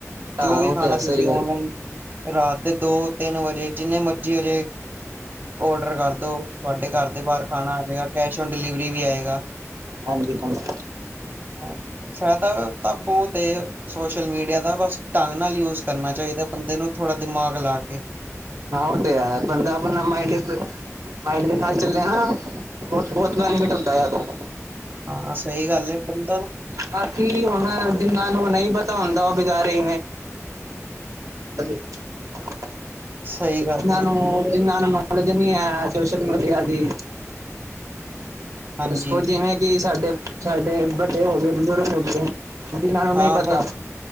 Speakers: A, on the right (about 75°); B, on the right (about 35°).
A: ਹਾਂ
B: ਜੋ ਵੀ
A: ਉਹ
B: ਖਾਣਾ
A: ਤੇ ਹੈ
B: ਤੁਸੀਂ
A: ਸਹੀ ਗੱਲ
B: ਓਨਲਾਈਨ ਰਾ ਦੋ ਤਿੰਨ ਵਜੇ ਜਿੰਨੇ ਮਰਜ਼ੀ ਹਜੇ ਔਡਰ ਕਰਦੋ ਤੁਹਾਡੇ ਘਰ ਦੇ ਬਾਹਰ ਖਾਣਾ ਆ ਜਾਏਗਾ ਕੈਸ਼ ਓਨ ਡਿਲੀਵਰੀ ਵੀ ਆਏਗਾ।
A: ਹਾਂਜੀ ਹਾਂਜੀ।
B: ਹ ਫਾਇਦਾ ਵੀ ਤਾਂ ਬਹੁਤ ਤੇ ਸੋਸ਼ਲ ਮੀਡੀਆ ਦਾ ਬਸ ਢੰਗ ਨਾਲ ਯੂਜ ਕਰਨਾ ਚਾਹੀਦਾ ਬੰਦੇ ਨੂੰ ਥੋੜ੍ਹਾ ਦਿਮਾਗ ਲਾ ਕੇ
A: ਹਾਂ ਉਹ ਤੇ ਆਪਾਂ ਮਾਈਡ ਦੇ ਨਾਲ ਚੱਲੇ ਨਾ ਬ ਬਹੁਤ ਬੈਨੀਫਿਟ ਹੁੰਦਾ ਹੈ ਉਹਦਾ
B: ਹਾਂ ਸਹੀ ਗੱਲ ਹੈ ਬੰ
A: ਬਾਕੀ ਹੁਣ ਜਿੰਨਾਂ ਨੂੰ ਨਹੀਂ ਪਤਾ ਹੁੰਦਾ ਉਹ ਬਚਾਰੇ- <inaudible>
B: ਸਹੀ ਗੱਲ
A: ਇਹਨਾਂ
B: ਏ
A: ਨੂੰ
B: ਜਿਹੜੇ
A: ਇਹਨਾਂ ਨੂੰ ਨੌਲੇਜ ਨੀ ਹੈ ਸੋਸ਼ਲ ਮੀਡੀਆ ਦੀ।
B: ਹਾਂਜੀ
A: ਦੱਸੋ ਜਿਵੇਂ ਕਿ ਸਾਡੇ ਸਾਡੇ ਵੱਡੇ ਹੋ ਗਏ ਬਜ਼ੁਰਗ ਹੋ ਗਏ। ਜਿਨਾਂ ਨੂੰ
B: ਹਾਂ
A: ਨਹੀਂ ਪਤਾ
B: ਵ